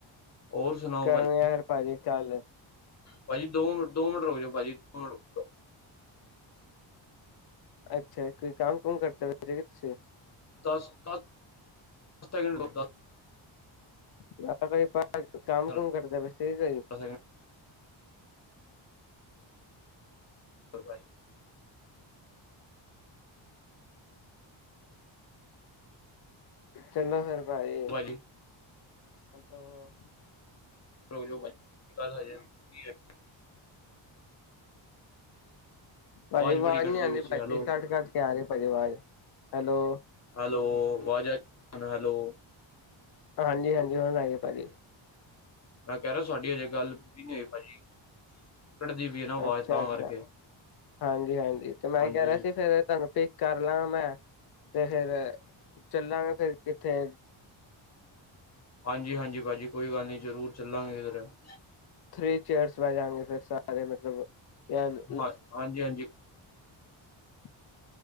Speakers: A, on the left; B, on the left.
A: ਹੋਰ ਸੁਣਾਓ
B: ਕਰੋ
A: ਭਾਜੀ
B: ਯਾਰ ਭਾਜੀ ਕੱਲ
A: ਭਾਜੀ ਦੋ ਮਿੰਟ ਦੋ ਮਿੰਟ ਰੁਕ ਜਾ ਭਾਜੀ ਦੋ ਮਿੰਟ ਰੁਕ ਦੋ।
B: ਅੱਛਾ ਕੋਈ ਕੰਮ ਕੁਮ ਕਰਦੇ ਪਏ ਸੀ ਕੇ ਤੁਸੀਂ।
A: ਦਸ ਦਸ ਦਸ ਸੈਕਿੰਡ ਦੱਸਦਾ
B: ਮੈਂ ਕਿਹਾ ਬਈ ਕੋਈ ਕੰਮ
A: ਦਸ
B: ਕੁਮ ਕਰਦੇ ਪਏ ਸੀ। ਠੀਕ ਹੈ ਜੀ।
A: ਸੈਕਿੰਡ ਹੋਰ ਬਈ।
B: ਚੰਗਾ ਫੇਰ। ਬਾਏ
A: ਭਾਜੀ
B: ਉਹ
A: <unintelligible>
B: ਭਾਜੀ ਆਵਾਜ਼
A: ਬੜੀ ਕੱਟਦੇ
B: ਨੀ ਆਉਂਦੀ
A: ਵਿੱਚ ਹੈਲੋ
B: ਘੱਟ ਘੱਟ ਕੇ ਆ ਰਹੀ ਭਾਜੀ ਆਵਾਜ਼ ਹੈਲੋ।
A: ਹੈਲੋ ਵਾਜ ਆ ਰਹੀ ਹੈਲੋ।
B: ਹਾਂਜੀ ਹਾਂਜੀ ਹੁਣ ਆਈਏ ਭਾਜੀ
A: ਮੈਂ ਕਹਿ ਰਿਹਾ ਸਾਡੀ ਹਜੇ ਗੱਲ ਪੂਰੀ ਨ ਹੋਈ ਭਾਜੀ ਕੱਟਦੀ ਪਈ ਹੈ ਨਾ ਆਵਾਜ਼
B: ਅੱਛਾ
A: ਤਾਂ
B: ਅੱਛਾ
A: ਕਰਕੇ
B: ਹਾਂਜੀ ਹਾਂਜੀ ਤੇ ਮੈਂ
A: ਹਾਂਜੀ
B: ਕਹਿ ਰਿਹਾ ਸੀ ਫੇਰ ਤੁਹਾਨੂੰ ਕਰ ਲਾਂਗਾ ਮੈਂ ਤੇ ਫੇਰ ਚੱਲਾਂਗੇ ਫੇਰ ਕਿੱਥੇ
A: ਹਾਂਜੀ ਹਾਂਜੀ ਭਾਜੀ ਕੋਈ ਗੱਲ ਨਹੀਂ ਜ਼ਰੂਰ ਚੱਲਾਂਗੇ ਇੱਧਰ। <unintelligible>
B: ਥ੍ਰਰੀ ਚੇਅਰਸ ਬਹਿ ਜਾਗੇ ਫੇਰ ਸਾਰੇ ਮਤਲਬ ਯਾਰ
A: ਹਾਂ ਹਾਂਜੀ ਹਾਂਜੀ
B: <unintelligible>